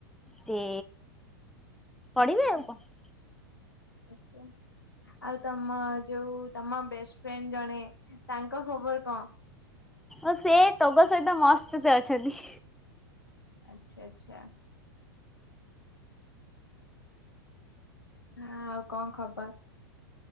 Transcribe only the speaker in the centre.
ସେ ପଢିବେ ଆଉ କଣ?
ଓ ସେ ଟୋଗ ସହିତ ମସ୍ତ ସେ ଅଛନ୍ତି।